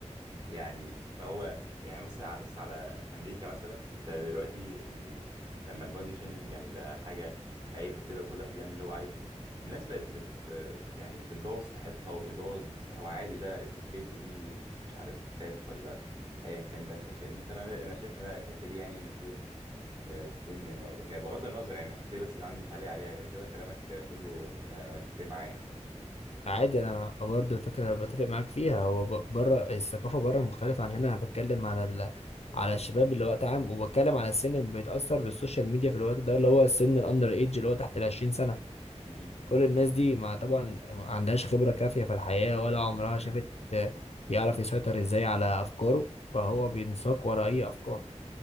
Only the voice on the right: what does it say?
يعني ما هو يعني بص على بص على امريكا مثلا انت دلوقتي ال... لما البادي شيمينج يعني بقى حاجه عيب وكده وكل واحد يعمل اللي هو عايزه الناس بقت بت يعني بتبوظ صحتها وبتبوظ جسمها وعادي بقى اتس اوكي تو بي مش عارف فات ولا ايا كان بقى انت فاهمني فانا انا شايف ان الحته دي يعني المفروض آه، تكون م- يعني بغض النظر يعني الحته دي بس اللي عندي تعليق عليها غير كده كلامك آه، كله آه، انا متفق معاه يعني
مهم.